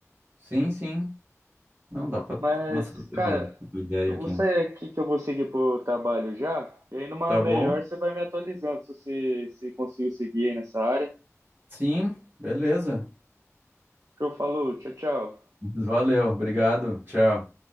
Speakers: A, on the right; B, on the right.
A: sim, sim. Não, dá para
B: Mas,
A: começar a ter
B: cara,
A: uma uma ideia
B: eu
A: aqui.
B: vou sair aqui que eu vou seguir pro trabalho já. E aí numa
A: Tá
B: melhor
A: bom?
B: você vai me atualizando se você se conseguiu seguir aí nessa área.
A: Sim, beleza.
B: Show, falou, tchau, tchau.
A: <laughs> Valeu, obrigado. Tchau.